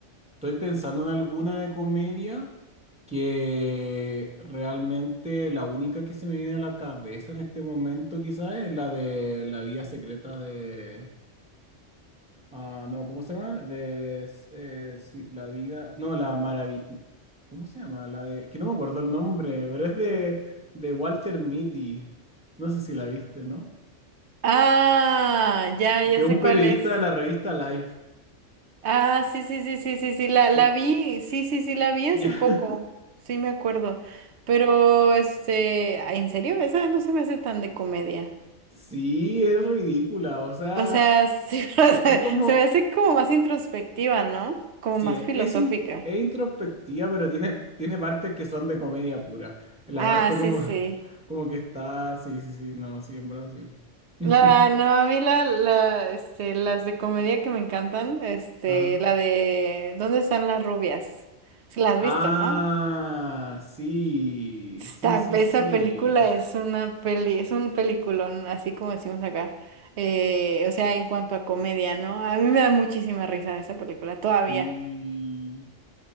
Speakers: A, in the centre; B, on the right (about 65°).
A: estoy pensando en alguna de comedia que realmente la única que se me viene a la cabeza en este momento quizás es la de La vida secreta de... ah, no, ¿cómo se llama? De... s- eh, sí, la vida... No, la maravilla... ¿Cómo se llama? La de... Que no me acuerdo el nombre, pero es de, de Walter Mitty. No sé si la viste, ¿no?
B: Ah, ya,
A: De
B: ya
A: un
B: sé
A: periodista
B: cuál es.
A: de la revista Life.
B: Ah, sí, sí, sí, sí, sí, sí, la, la
A: Que-
B: vi, sí, sí, sí, la vi hace
A: Ya.
B: poco, sí me acuerdo, pero este, ay, en serio, esa no se me hace tan de comedia,
A: Sí, es ridícula, o sea,
B: o sea, sí, <laughs> o sea,
A: es como,
B: se me hace como más introspectiva, ¿no? Como
A: sí,
B: más
A: e-
B: filosófica.
A: es, in- es introspectiva, pero tiene, tiene partes que son de comedia pura. En la
B: Ah,
A: parte
B: sí,
A: como,
B: sí.
A: <laughs> como que está, sí, sí, sí, no, sí, en verdad sí. <laughs>
B: La, no, a mí la, la, este, las de comedia que me encantan, este,
A: Ajá.
B: la de ¿Dónde están las rubias? Si la has
A: Ah,
B: visto, ¿no?
A: sí,
B: Está,
A: sí, sí,
B: esa
A: sí,
B: película es una peli, es un peliculón, así como decimos acá. Eh, o sea, en cuanto a comedia, ¿no? A mí me da muchísima risa esa película, todavía.
A: sí,